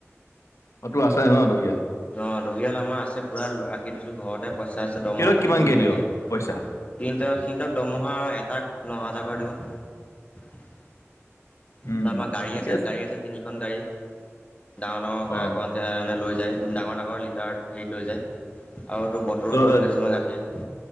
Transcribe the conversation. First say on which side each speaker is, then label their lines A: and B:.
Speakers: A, on the left; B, on the left.
A: অতো আছে ন দহিয়াল।
B: অ' দহিয়াল আমাৰ আছে পূৰা ৰাখি থৈছোঁ ঘৰতে পইচা আছে দৰমহা
A: সিহঁতক
B: পাতি
A: কিমানকে
B: দিওঁ সেনেকৈ
A: দিয় পইচা
B: তিনটা তিনিওটাক দৰমহা এটাক ন হাজাৰকৈ দিওঁ তাপা,
A: উম
B: আমাৰ গাড়ী
A: ঠিকে
B: আছে, গাড়ী আছে তিনিখন গাড়ী। ডাঙৰ-ডাঙৰ
A: অ
B: গ্ৰক <unintelligible> মানে লৈ যায় ডাঙৰ ডাঙৰ লিটাৰত হেৰিত লৈ যায়। আৰু টো বটলত
A: ত তহঁতৰ
B: দিওঁ কিছুমান গাখীৰ